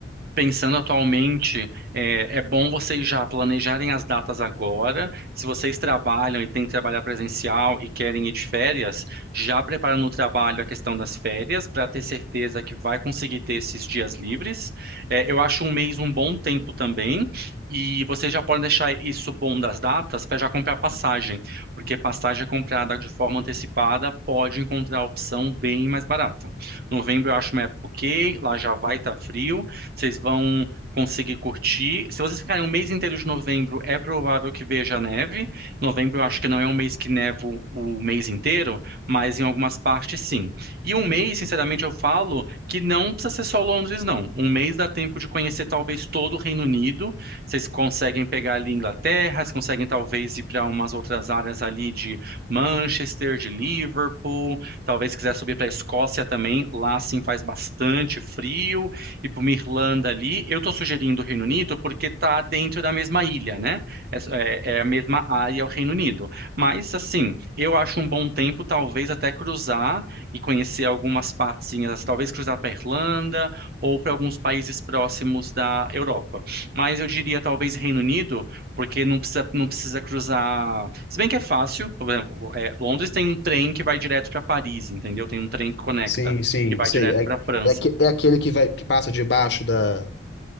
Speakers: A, on the right; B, on the left.
A: Pensando atualmente, é, é bom vocês já planejarem as datas agora. Se vocês trabalham e têm que trabalhar presencial e querem ir de férias, já preparando o trabalho a questão das férias para ter certeza que vai conseguir ter esses dias livres. É, eu acho um mês um bom tempo também. E vocês já podem deixar isso bom das datas para já comprar passagem, porque passagem comprada de forma antecipada pode encontrar a opção bem mais barata. Novembro eu acho uma época ok, lá já vai estar frio. Vocês vão conseguir curtir. Se vocês ficarem um mês inteiro de novembro, é provável que veja neve. Novembro eu acho que não é um mês que neva o o mês inteiro, mas em algumas partes sim. E um mês, sinceramente, eu falo que não precisa ser só Londres, não. Um mês dá tempo de conhecer talvez todo o Reino Unido. Vocês conseguem pegar ali Inglaterra, vocês conseguem talvez ir para umas outras áreas ali de Manchester, de Liverpool. Talvez quiser subir para a Escócia também. Lá sim faz bastante frio e para uma Irlanda ali. Eu estou sugerindo o Reino Unido porque está dentro da mesma ilha, né? Essa- É, é a mesma área, o Reino Unido. Mas, assim, eu acho um bom tempo, talvez, até cruzar e conhecer algumas partezinhas, talvez cruzar para Irlanda ou para alguns países próximos da Europa. Mas eu diria, talvez, Reino Unido, porque não precisa, não precisa cruzar. Se bem que é fácil, por exemplo, é, Londres tem um trem que vai direto para Paris, entendeu? Tem um trem que conecta,
B: Sim, sim,
A: que vai
B: sei.
A: direto
B: É,
A: para França.
B: é, aque- é aquele que vai que passa debaixo da